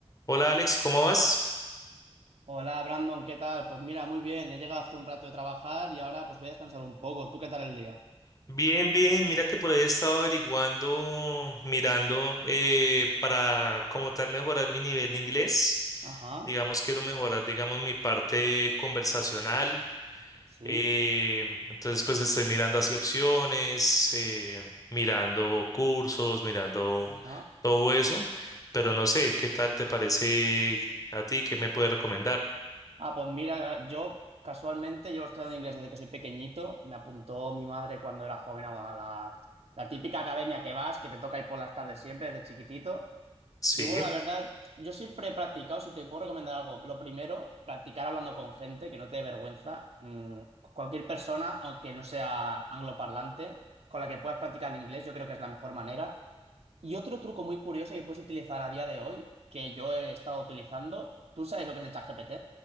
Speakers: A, on the left (about 35°); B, on the right (about 70°).
A: Hola Alex, ¿cómo vas?
B: Hola Brandon, ¿qué tal? Pues mira, muy bien, he llegado hace un rato de trabajar y ahora pues voy a descansar un poco. ¿Tú qué tal el día?
A: Bien, bien, mira que por ahí he estado averiguando, mirando eh, para como tal mejorar mi nivel de inglés.
B: Ajá,
A: Digamos, quiero mejorar, digamos, mi parte conversacional.
B: sí,
A: eh, entonces, pues estoy mirando así opciones, eh, mirando cursos, mirando
B: ajá.
A: todo eso, pero no sé, ¿qué tal te parece a ti? ¿Qué me puedes recomendar?
B: Ah, pues mira, yo casualmente llevo estudiando inglés desde que soy pequeñito. Me apuntó mi madre cuando era joven a la, la típica academia que vas, que te toca ir por las tardes siempre desde chiquitito.
A: Sí,
B: Y bueno, la verdad, yo siempre he practicado, si te puedo recomendar algo, lo primero, practicar hablando con gente, que no te dé vergüenza. Mm, cualquier persona, aunque no sea angloparlante, con la que puedas practicar el inglés, yo creo que es la mejor manera. Y otro truco muy curioso que puedes utilizar a día de hoy, que yo he estado utilizando, ¿tú sabes lo que es el ChatGPT?